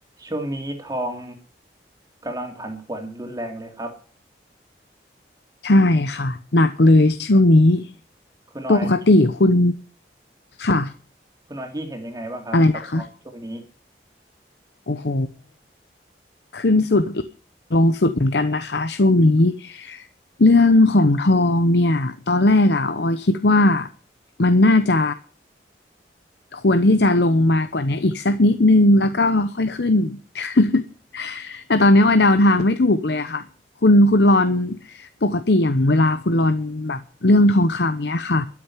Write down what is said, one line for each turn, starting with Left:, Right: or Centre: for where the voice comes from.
Right: ช่วงนี้ทองกำลังผันผวนรุนแรงเลยครับ
Left: ใช่ค่ะหนักเลยช่วงนี้
Right: คุณน้อยคิด
Left: ปกติคุณค่ะ
Right: คุณน้อยคิดเห็นยังไงบ้างครับกับทองช่วงนี้
Left: อะไรนะคะโอ้โหขึ้นสุดลงสุดเหมือนกันนะคะช่วงนี้เรื่องของทองเนี่ยตอนแรกอ่ะออยคิดว่ามันน่าจะ ควรที่จะลงมากว่านี้อีกสักนิดนึงแล้วก็ค่อยขึ้น <laughs> แต่ตอนนี้ออยเดาทางไม่ถูกเลยอะค่ะ คุณคุณรอนปกติอย่างเวลาคุณรอนแบบเรื่องทองคำเนี้ยค่ะ